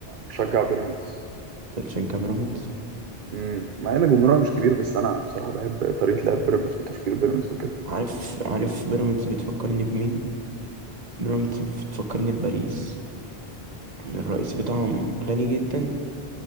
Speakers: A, on the right; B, on the right.
A: بشجع بيراميدز
B: أنت بتشجع بيراميدز
A: امم مع ان جمهورها مش كبير بس انا بصراحه بحب طريقه لعب بيراميدز وتفكير بيراميدز وكده
B: عارف عارف بيراميدز بتفكرني بمين بيراميدز بتفكرني بباريس ان الرئيس بتاعهم غني جدا